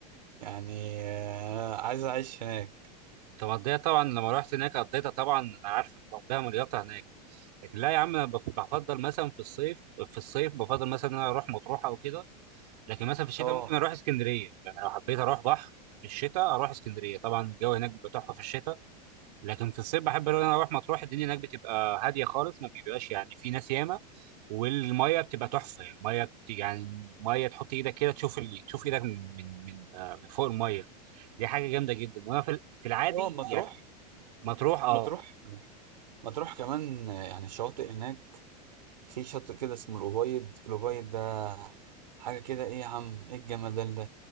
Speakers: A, on the right (about 85°); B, on the right (about 70°).
A: يعني آه، عايز اعيش هناك
B: طب قضيتها طبعا لما رحت هناك قضيتها طبعا انا عارفك بقضيها مليطه هناك لكن لا يا عم انا بف- بفضل مثلا في الصيف في الصيف بفضل مثلا ان انا اروح مطروح او كده لكن مثلا في الشتاء
A: اه
B: ممكن اروح اسكندريه يعني لو حبيت اروح بحر في الشتاء اروح اسكندريه طبعا الجو هناك بيبقى تحفه في الشتاء لكن في الصيف بحب ان انا اروح مطروح الدنيا هناك بتبقى هاديه خالص ما بيبقاش يعني في ناس ياما والميه بتبقى تحفه يعني الميه بت... يعني ميه تحط ايدك كده تشوف ال... تشوف ايدك من من من آه، من فوق الميه دي حاجه جامده جدا وانا في ال- في العادي
A: اه مطروح
B: يعني مطروح اه
A: مطروح مطروح كمان آه، يعني الشواطئ هناك في شاطئ كده اسمه الأبيض الأبيض ده حاجه كده ايه يا عم ايه الجمدان ده